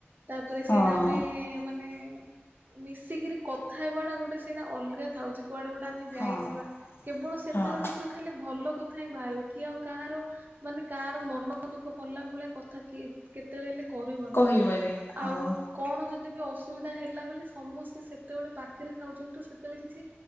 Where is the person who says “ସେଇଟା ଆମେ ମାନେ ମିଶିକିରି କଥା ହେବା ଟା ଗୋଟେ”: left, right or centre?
Right